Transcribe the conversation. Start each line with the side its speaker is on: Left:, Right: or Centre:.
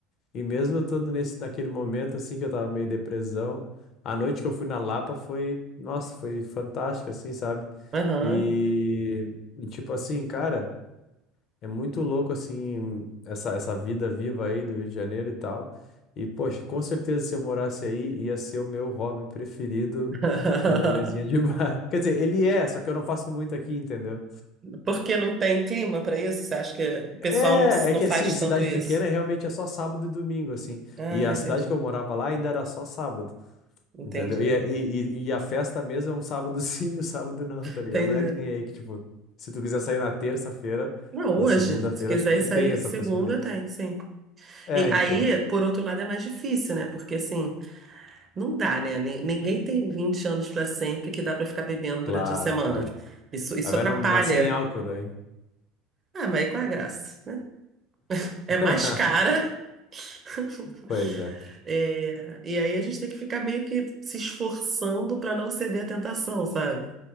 Left: e mesmo eu estando nesse, naquele momento, assim, que eu tava meio depressão, a noite que eu fui na Lapa foi, nossa, foi fantástica, assim, sabe?
Right: Aham.
Left: E, e tipo assim, cara. É muito louco, assim, essa, essa vida viva aí do Rio de Janeiro e tal. E, poxa, com certeza se eu morasse aí, ia ser o meu hobby preferido
Right: <laughs>
Left: ir na mesinha de bar. <laughs> Quer dizer, ele é, só que eu não faço muito aqui, entendeu?
Right: Porque não tem clima para isso? Você acha que o pessoal
Left: É,
Right: não, não
Left: é que
Right: faz
Left: assim, cidade
Right: tanto isso?
Left: pequena é realmente é só sábado e domingo, assim.
Right: Ah,
Left: E a
Right: entendi.
Left: cidade que eu morava lá ainda era só sábado,
Right: Entendi.
Left: entendeu? E, é- e, e e a festa mesmo é um sábado <laughs> sim, um sábado não, tá ligado?
Right: Entendi.
Left: Não é que nem aí que, tipo, se tu quiser sair na terça-feira,
Right: Não, hoje,
Left: na segunda-feira,
Right: se quiser
Left: acho que tu
Right: sair
Left: tem essa
Right: segunda,
Left: possibilidade.
Right: tem, sim.
Left: É,
Right: E aí,
Left: então.
Right: por outro lado, é mais difícil, né? Porque assim, não dá, né? Ni- Ninguém tem 20 anos pra sempre que dá pra ficar bebendo durante
Left: Claro,
Right: a semana.
Left: claro.
Right: Isso, isso
Left: Aí
Right: atrapalha.
Left: vai numa sem álcool, né?
Right: Ah, mas aí qual é a graça, né? É
Left: <laughs>
Right: mais cara, <laughs>
Left: Pois é.
Right: é, e aí a gente tem que ficar meio que se esforçando pra não ceder à tentação, sabe?